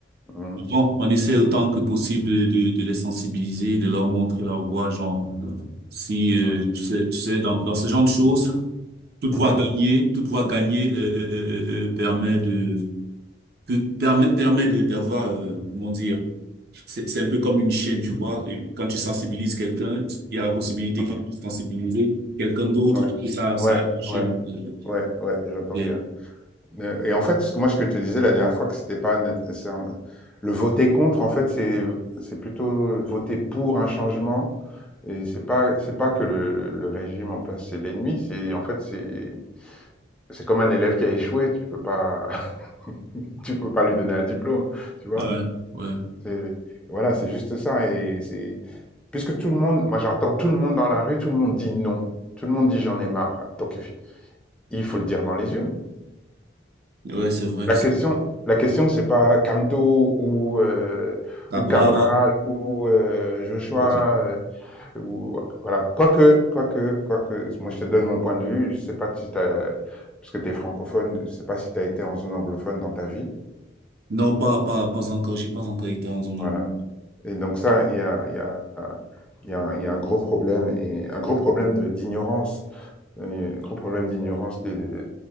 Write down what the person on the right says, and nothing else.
Bon, on essaie autant que possible de, de, de les sensibiliser, de leur montrer la voie, genre, si, euh,
tu sais, tu sais, dans, dans ce genre de choses, toute
voie gagnée, toute voie gagnée euh, euh, euh, euh, euh, permet de, que- permet, permet de, d'avoir, euh, comment dire, c'est, c'est un peu comme une chaîne, tu vois. Et Quand tu sensibilises quelqu'un, il y a la possibilité
qu'il puisse sensibiliser quelqu'un d'autre
et ça, ça
a une chaîne.
Euh,
et-
Ouais, ouais,
ouais, c'est vrai.
c'est-
Cabral,
ouais.
Non, pas, pas, pas encore. J'ai pas encore été en zone.
anglo-